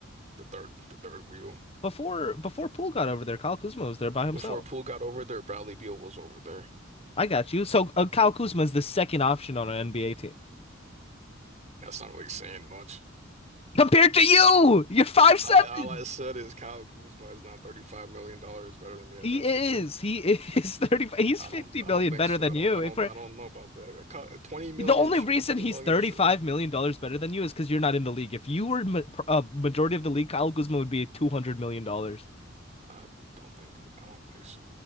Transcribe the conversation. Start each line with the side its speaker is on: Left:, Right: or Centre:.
Right: the third the third wheel.
Left: Before before Poole got over there, Kyle Kuzma was there by himself.
Right: Before Poole got over there, Bradley Beal was over there.
Left: I got you. So uh, Kyle Kuzma is the second option on an NBA team.
Right: That's not really saying much.
Left: compared to you. You're five
Right: All
Left: seven.
Right: I all I said is Kyle Kuzma is not thirty five million dollars better than me at
Left: He
Right: basketball.
Left: is. He is <laughs> thirty. He's
Right: I
Left: fifty
Right: don't I
Left: million
Right: don't think
Left: better
Right: so.
Left: than
Right: I don't
Left: you.
Right: I don't
Left: If we're,
Right: I don't know about that. Cu- Twenty million
Left: the only
Right: sure.
Left: reason
Right: Twenty
Left: he's
Right: million
Left: thirty
Right: sure.
Left: five million dollars better than you is because you're not in the league. If you were ma- pr- uh, majority of the league, Kyle Guzman would be two hundred million dollars.
Right: I don't think I don't think so.